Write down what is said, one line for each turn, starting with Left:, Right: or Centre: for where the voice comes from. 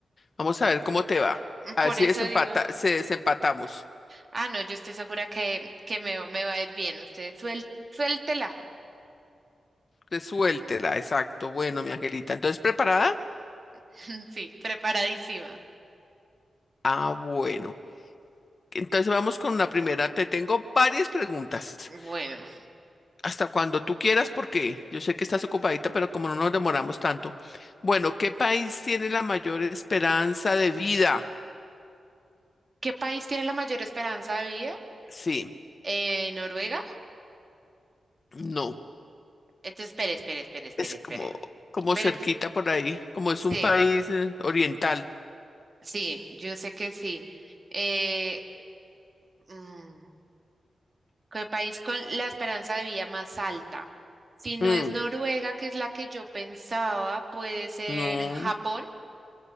Left: Vamos a ver cómo te va.
Right: <laughs>
Left: A
Right: Por
Left: ver si
Right: eso
Left: desempata,
Right: digo,
Left: se desempatamos.
Right: ah, no, yo estoy segura que, que me, me va a ir bien. Usted suel, suéltela.
Left: Resuéltela, exacto. Bueno, mi angelita. Entonces, ¿preparada?
Right: <laughs> Sí, preparadísima.
Left: Ah, bueno. Entonces vamos con la primera. Te tengo varias preguntas.
Right: Bueno,
Left: Hasta cuando tú quieras, porque yo sé que estás ocupadita, pero como no nos demoramos tanto. Bueno, ¿qué país tiene la mayor esperanza de vida?
Right: ¿qué país tiene la mayor esperanza de vida?
Left: Sí,
Right: Eh, Noruega.
Left: no.
Right: Entonces, espere, espere, espere, espere,
Left: Es
Right: espere.
Left: como, como
Right: Espere,
Left: cerquita por ahí, como es
Right: sí,
Left: un país eh, oriental.
Right: sí, yo sé que sí. Eh, mm, ¿qué país con la esperanza de vida más alta? Si no
Left: Mm,
Right: es Noruega, que es la que yo pensaba, puede ser
Left: no.
Right: Japón.